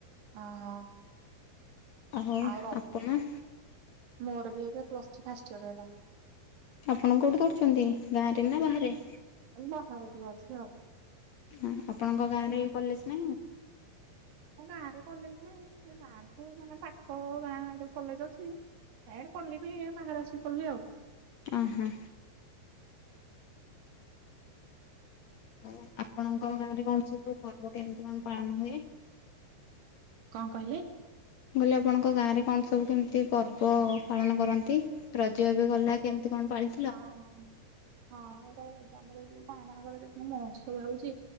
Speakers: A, on the right; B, on the left.
A: ଓହୋ।
B: ଓ ହେ
A: ଆଉ ର
B: ଆପଣ?
A: ମୋର ବି ଏବେ ପ୍ଲସ୍ ଥ୍ରୀ ଫାଷ୍ଟ ଇୟର୍ ହେଲା।
B: ଆପଣ କୋଉଠି ପଢୁଛନ୍ତି ଗାଁରେ ନା ବାହାରେ?
A: <unintelligible> ବାହାରେ ଟିକେ ଅଛି ଆଉ।
B: ଅଁ, ହଁ ଆପଣଙ୍କ ଗାଁରେ କଲେଜ୍ ନାହିଁ?
A: ହମୋ ଗାଁ ରେ କଲେଜ୍ ନାହିଁ ହେଲେ ଗାଁଠୁ ମାନେ ପାଖ ଗାଁ ଆଡୁ କଲେଜ୍ ଅଛି। ଆଡେ କଲେ ବି ବାହାରେ ଆସି ପଢଲି ଆଉ।
B: ଅଁ, ହଁ। ଓ ଆପଣଙ୍କ ଗାଁରେ କଣ ସବୁ ପର୍ବ କେମିତି କଣ ପାଳନ ହୁଏ?
A: କଣ କହିଲେ?
B: ମୁଁ କହିଲି ଆପଣଙ୍କ ଗାଁରେ କଣ ସବୁ କେମିତି ପର୍ବ ପାଳନ କରନ୍ତି? ରଜ ଏବେ ଗଲା କେମିତି କଣ ପାଳି
A: ହଁ, ହଁ ଏଇଟା ବି ତୋମର ଯୋଉଟା ମାଙ୍କର ଯୋଉ ଥିଲା ସେ ହଉଛି